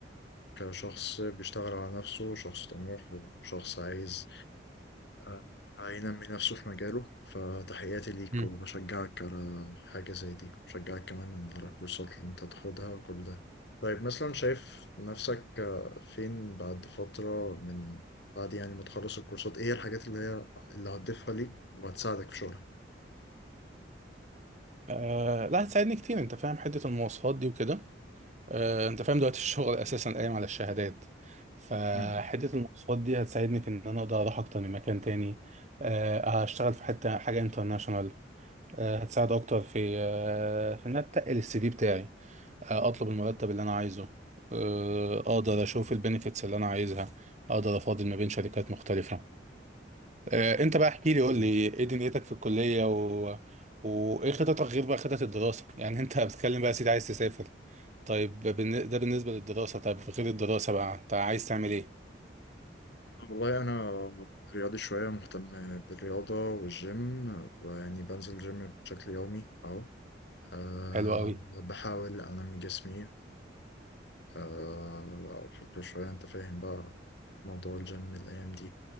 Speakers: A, on the left (about 65°); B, on the right (about 40°).
A: وكشخص بيشتغل على نفسه شخص طموح وشخص عايز آه، هينمي نفسه في مجاله فتحياتي ليك
B: مم.
A: وبشجعك على حاجة زي دي وبشجعك كمان على الكورسات اللي انت تاخدها وكل ده طيب مثلا شايف نفسك آه، فين بعد فترة من بعد يعني ما تخلص الكورسات ايه هي الحاجات اللي هي اللي هتضيفها ليك وهتساعدك في شغلك
B: أه لا هتساعدني كتير انت فاهم حته المواصفات دي وكده أه انت فاهم دلوقتي الشغل اساسا قايم على الشهادات فحته
A: امم
B: المواصفات دي هتساعدني في ان انا اقدر اروح اكتر من مكان تاني أه هشتغل في حته حاجه انترناشونال أه هتساعد اكتر في أه في ان انا اتقل السي في بتاعي آه، اطلب المرتب اللي انا عايزه آه، اقدر اشوف البنفيتس اللي انا عايزها اقدر افاضل ما بين شركات مختلفة آه، انت بقى احكي لي قول
A: تمام
B: لي ايه دنيتك في الكلية و... وايه خططك غير بقى خطط الدراسة يعني انت بتتكلم بقى يا سيدي عايز تسافر طيب بالن- ده بالنسبة للدراسة طب غير الدراسة بقى انت عايز تعمل ايه
A: والله انا رياضي شويه مهتم بالرياضه والجيم يعني بنزل جيم بشكل يومي اهو أه
B: حلو قوي
A: بحاول انمي جسمي آه، أفكر شوية أنت فاهم بقى موضوع الجيم الأيام دي